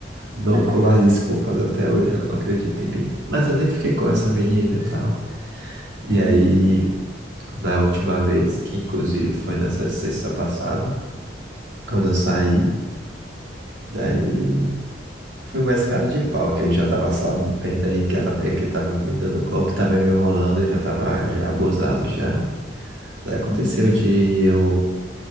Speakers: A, on the right (about 75°); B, on the right (about 20°).
A: não
B: <laughs>
A: colar desculpas até hoje, ela não acredita em mim. Mas eu nem fiquei com
B: Meu
A: essa menina
B: Deus.
A: e tal. E
B: Ah,
A: aí, na última vez, que inclusive foi nessa sexta passada, quando eu saí, daí foi mais cara de pau, que eu já tava sabendo aí que ela meio que tava me dando golpe, tava me enrolando, eu já tava já abusado já. Daí aconteceu
B: uhum.
A: de eu